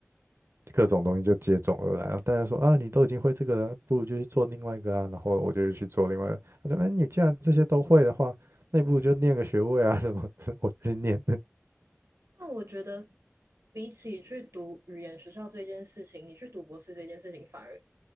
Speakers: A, on the right (about 60°); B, on the right (about 80°).
A: 各种东西就接踵而来啊。大家说啊，你都已经会这个了，不如就去做另外一个啊。然后我就去做另外一个，他说，哎，你既然这些都会的话，那不如就念个学位啊什么的我去念，
B: 但我觉得，比起去读语言学校这件事情，你去读博士这件事情，反而